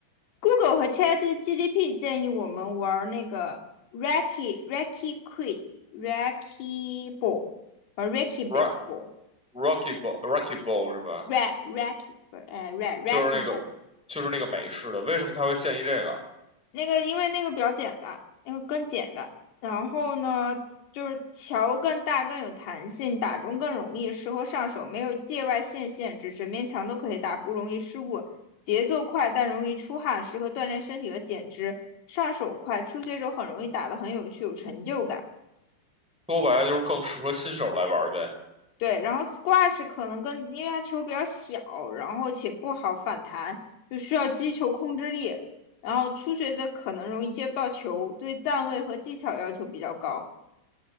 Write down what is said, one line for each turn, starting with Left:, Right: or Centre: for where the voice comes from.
Left: Google 和 ChatGPT 建议我们玩那个 Raki Raki Quid Raki Ball，玩 Raki Ball
Centre: Rock Rocky Ball Rocky Ball 是吧？
Left: Raki Raki 不 r e Raki
Centre: 就是那个就是那个美式的，
Left: Ball。
Centre: 为什么他会建议这个？
Left: 那个因为那个比较简单，那个更简单。然后呢，就是桥更大更有弹性，打中更容易，适合上手，没有界外线限制，整面墙都可以打，不容易失误。节奏快但容易出汗，适合锻炼身体和减脂。上手快，初学者很容易打得很有趣，有成就感。
Centre: 说白了就是更适合新手来玩儿呗。
Left: 对，然后 squash 可能跟因为它球比较小，然后且不好反弹，就需要击球控制力。然后初学者可能容易接不到球，对站位和技巧要求比较高。